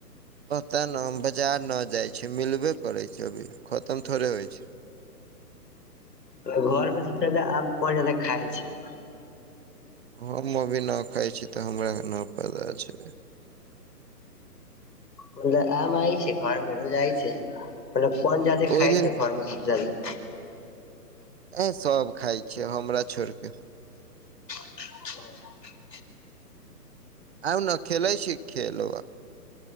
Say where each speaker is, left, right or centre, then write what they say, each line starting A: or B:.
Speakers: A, on the right; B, on the left.
A: पत्ता न हम बाजार न जाय छी मिलबे करे छै अभी खत्म थोड़े होय छै
B: घर में सबसे जादा आम कोन जादा खाय छी
A: हम अभी न खाय छी तऽ हमरा न पता छै
B: बलेआम आय छै घर मे रोजा आइ छै मतलब कोन जादे
A: ओहि
B: खाइ
A: दिन
B: छै घर में सबस जादा
A: अए सब खाय छियै हमरा छोड़िक
B: ह
A: आउ ने खेलै छी खेल